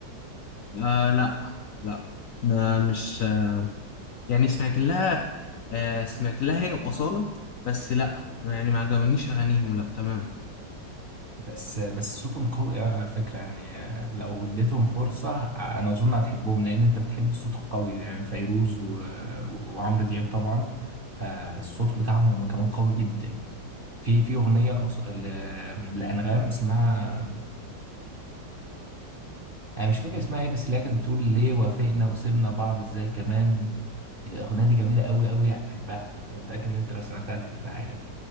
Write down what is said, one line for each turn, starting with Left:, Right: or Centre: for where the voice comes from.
Left: آه لا لا ما مش يعني سمعت لها آه سمعت لها هي وأصالة بس لا يعني ما عجبنيش أغانيهم لا تمام
Right: بس آه، بس صوتهم قوي قوي على فكره يعني آه، لو اديتهم فرصه آه، انا اظن هتحبهم لان انت بتحب الصوت القوي زي يعني فيروز و... وعمرو دياب طبعا فالصوت بتاعهم هم كمان قوي جدا في في اغنيه لأص... ل... لانغام اسمها انا مش فاكر اسمها ايه بس اللي هي كانت بتقول ليه وافقنا وسيبنا بعض ازاي كمان الاغنيه دي جميله قوي قوي هتحبها انا متاكد ان انت لو سمعتها هتحبها يعني